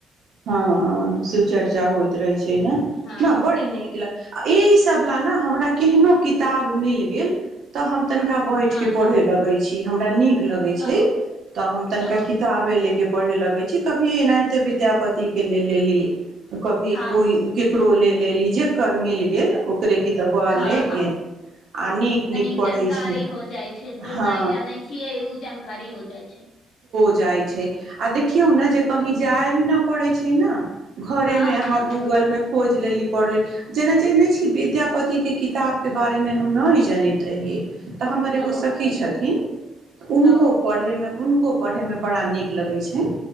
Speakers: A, on the right (about 65°); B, on the left (about 70°).
A: हँ चर्चा होइत रहै छै न
B: हँ
A: बढ़ी न इ सब ले ने हमरा केहनो किताब मिल गेल तऽ हम तनिका बैठ
B: हँ
A: के पढ़े
B: हँ
A: लगे छी छी हमरा नीक लगै छै
B: ओ
A: तऽ हम तनिका
B: ओ
A: किताबे ले के पढ़े लगे छै कभी एनाहिते विद्यापति तीके लेल लेली कभी
B: हँ
A: कोइ केकरो ले ले ली ओकर मिल गेल ओकरे कितबआ
B: हँ
A: लऽ
B: हँ
A: क आ नीक
B: तनी
A: नीक पढ़ै
B: जानकारी
A: छै
B: हो जाइ छै जो
A: हँ
B: नहि जानै छियै ओ जानकारी हो जाइ छै
A: जाइ छै आ देखियौ ने जे कही जाइी छै घरे
B: हँ
A: मेह
B: हँ
A: गूगल मे खो जेिल लिप प जेना जे नहि वि्य पति के किताब के बारे मे हम न जनैत रहियै तऽ हमर एगो
B: ओ
A: सखी छथिन ओहो
B: ओ
A: पढ़ैमे उनको पढ़ेमे बड़ा नीक लगैत छै